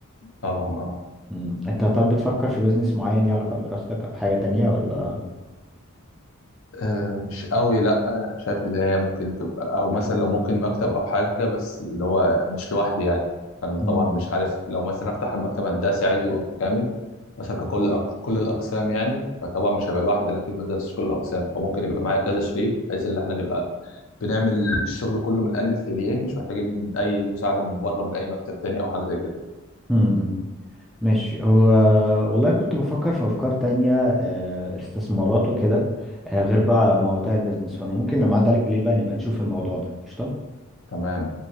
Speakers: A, on the left; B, in the centre.
A: طبعا اه
B: مم. انت طب بتفكر في بزنس معين ليه علاقة بدراستك او حاجة تانية ولا؟
A: آه، مش قوي لا آه، شايف اللي هي ممكن تبقى او مثلا لو ممكن مكتب او حاجه بس اللي هو مش لوحدي يعني انا
B: مم.
A: طبعا مش عارف لو مثلا افتح مكتب هندسي عايز يبقى متكامل مثلا ككل أق- كل الاقسام يعني فطبعا مش هبقى لوحدي انا اكيد ما درستش كل الاقسام فممكن يبقى معايا كذا شريك بحيث ان احنا نبقى بنعمل الشغل كله من الالف للياء مش محتاجين اي مساعده من بره من اي مكتب تاني او حاجه زي كده
B: مم، ماشي هو والله كنت بفكر في أفكار تانية آه، استثمارات وكده آه، غير بقى مواضيع البيزنس فأنا ممكن لما أعدي عليك بالليل بقى نبقى نشوف الموضوع ده قشطة
A: تمام